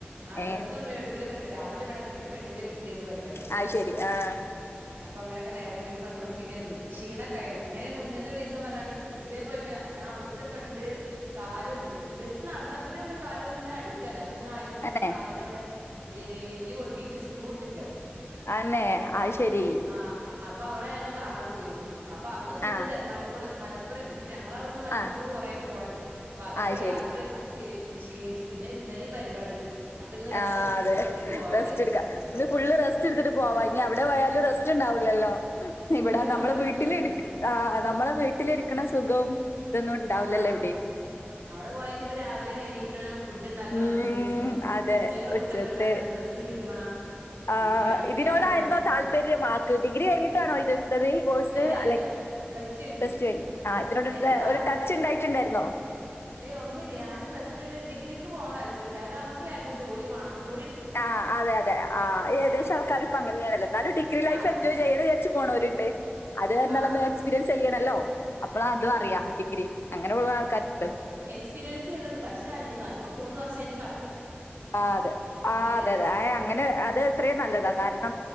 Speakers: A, on the right; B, on the left.
A: ആഹ്
B: ഏ
A: ഡ്രസ്സ്‌ കൊണ്ട്ടുക്കലൊക്കെണ്ട് രാവിലെ ഇവിടെ പിന്നെ പെണ്ണിന്റെ വീട്ടിലെനു പരിപാടി
B: അഹ് ശരി ആഹ്
A: ഉം അപ്പൊ അങ്ങനൊക്കെ നേരം വൈകി വന്നുകൊണ്ട് പിന്നെ ക്ഷീണൊക്ക ആയിരുന്നു പിന്നെ അതിന് മുന്നത്തെ ഒരു ദിവസം പറഞ്ഞാല് ഇതേപോലെന്നെ ഞാൻ അവിടുത്തെ ഫ്രണ്ട് കാല് ഒടിഞ്ഞ് ജസ്റ്റ് നടന്നപ്പത്തിഒന്ന് കാല് ഒന്ന് ഇങ്ങനെ അടിക്കാതെ അപ്പൊത്തിന് അയിന് പിന്നെ
B: അന്നെ
A: കാലിന്റെ അവിടെ എ എല്ല് പൊട്ടിയിട്ട് സ്ക്രൂ ഇട്ട്ക്ക
B: ആന്നെ അഹ് ശരി
A: ആഹ് അപ്പൊ അവള ഞങ്ങൾ കാണാൻ പോയിന്നു അപ്പൊ അന്ന് ഫുള്ള്
B: ആഹ്
A: തി മലപ്പുറ മലപ്പുറം ന്ന് അപ്പൊ ഞങ്ങള അവിടുന്ന് മലപ്പുറത്ത്
B: ആഹ്
A: കുറ പോവാണ്ട് അപ്പൊ അതൊക്കെ
B: അത് ശരി
A: യാത്ര ചേ ക്ഷീണിച്ചു പിന്നെ ഇന്നലെയും പരിപാടി അപ്പൊ ഇന്ന് റെസ്റ്റ്
B: ആഹ്
A: എടു
B: അതെ
A: എടുത്തിട്ട് പോവാ
B: റേസ്റ്റ്ടുക്ക
A: വിചാരിച്ച്
B: ഇന്ന് ഫുള് റെസ്റ്റ് എടുത്തിട്ട് പോവാ ഇനി അവിടെ പോയാലും റെസ്റ്റ് ഇണ്ടാവൂല്ലല്ലോ ഇവിടെ
A: ഇല്ല
B: നമ്മളെ
A: അവിടെ പോയ
B: വീട്ടിൽ
A: രസണ്ടാവില്ല
B: ഇരി ആഹ് നമ്മളെ വീട്ടിലിരിക്കണ സുഖവും ഇതൊന്നും ഇണ്ടാവില്ലല്ലോ
A: ആഹ്
B: എവിടിം
A: ആഹ് അവിടെ പോയന്നി ഇപ്പൊ രാവിലെ എണീക്കണം ഫുഡ് ഉണ്ടാക്കണം
B: ഉം
A: പിന്നെ ഉച്ച
B: അതെ
A: ഉച്ചക്കുള
B: ഉച്ചത്തെ
A: ഫുഡ് ഒക്കെ ഉണ്ടാക്കണം ഡ്രസ്സ് തിരുമ്പണം
B: ആഹ്
A: പിന്നെ പഠിക്കാനിരിക്കണം
B: ഇതിനോടായിരുന്നോ താല്പര്യം ആൾക്ക് ഡിഗ്രി കഴിഞ്ഞിട്ടാണോ ഇത് ഇട്ത്തത് ഇ കോഴ്സ്
A: ഏഹ്
B: അല്ലെങ്കിൽ
A: അല്ല പ്ലസ് ടു കഴിഞ്ഞിട്ട്
B: ടെസ്റ്റ് കഴിഞ്ഞു ഇതിനോട്
A: എനിക്ക്
B: ഒരു ടച്ച് ഇണ്ടായിട്ടുണ്ടായിരുന്നോ
A: ഏഹ് ഒുന്നുല്ല ഞാന് പ്ലസ് ടു കഴിഞ്ഞ് ഡിഗിക്ക് പോവാൻ താല്പര്യല്ല അതാ നമുക്ക് വേഗം ജോലി വണം ജോലി എടു
B: ആഹ് അതെ അതെ ആഹ് ഏകദേശം ആൾക്കാർ ഇപ്പ അങ്ങനെയണല്ലോ എന്നാലും ഡിഗ്രി ലൈഫ്
A: ആഹ്
B: എൻജോയ് ചെയ്യല് വിചാരിച്ചു പോവണരുണ്ട് അത് പറഞ്ഞ
A: ആഹ്
B: എക്സ്പീരിയൻസ് ചെയ്യണല്ലോ അപ്പോൾ അതും അറിയാം
A: ആഹ്
B: ഡിഗ്രി അങ്ങനെ പോവുന്ന ആൾക്കാരുണ്ട്
A: എക്സ്പീരിയൻ ചെയണന്ന് പക്ഷേ അത്ക്കും അതിപ്പോ മൂന്ന് വർഷമായി
B: ആഹ് അതെ ആഹ്
A: വിചാരിച്ചിട്ട്
B: അതെ അതെ ആഹ് അങ്ങനെ അത് എത്രയും നല്ലതാ
A: ആഹ്
B: കാരണം